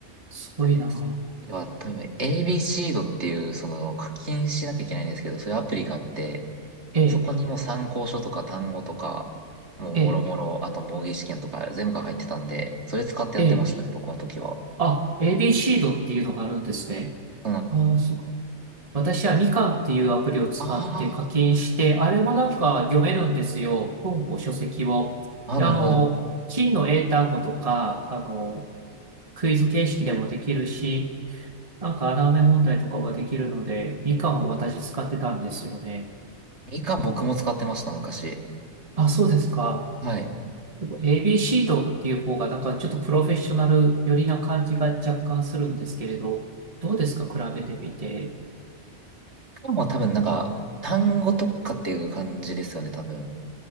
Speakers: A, on the right (about 30°); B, on the right (about 65°).
A: すごいなぁ。
B: はい。要は、多分 a b c ドっていう、その課金しなきゃいけないんですけど、そういうアプリがあって、
A: ええ、
B: そこにもう参考書とか単語とか、もうもろもろ、
A: ええ、
B: あと模擬試験とか全部が入ってたんで、それ使ってやってましたね、
A: ええ、
B: 僕の時は。
A: あ、ABC ドっていうのがあるんですね。
B: そうなん
A: ああ、す私はみかんっていうアプリを使って課金して、
B: あ
A: あれもなんか読めるんですよ。本を、書籍を。
B: あ、
A: で、
B: ああ、なるほど。
A: あの、真の英単語とか、あの、クイズ形式でもできるし、なんか穴埋め問題とかができるので、みかんを私使ってたんですよね。
B: みかん僕も使ってました、昔。
A: あ、そうですか。
B: はい。
A: でも ABC ドっていう方がなんかちょっとプロフェッショナル寄りな感じが若干するんですけれど、どうですか比べてみて。
B: みかんは多分なんか、単語特化っていう感じですよね、多分。